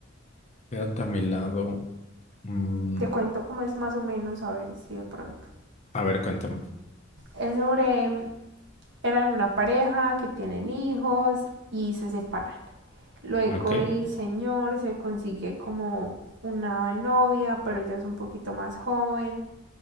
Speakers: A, on the left (about 35°); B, on the right (about 60°).
A: Quédate a mi lado. Mm,
B: Te cuento cómo es más o menos, a ver si de pronto.
A: a ver, cuéntame.
B: Es sobre, eran una pareja que tienen hijos y se separan. Luego
A: Ok,
B: el señor se consigue como una novia, pero ella es un poquito más joven